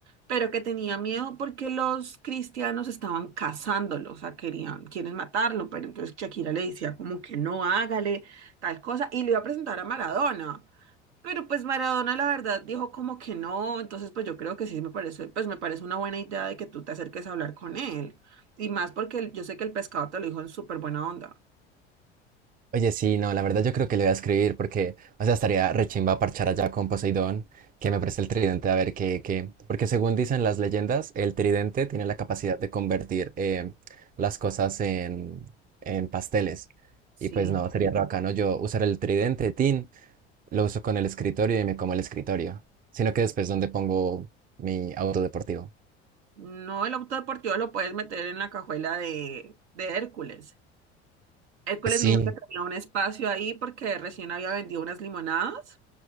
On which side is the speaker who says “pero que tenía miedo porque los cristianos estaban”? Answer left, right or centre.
Right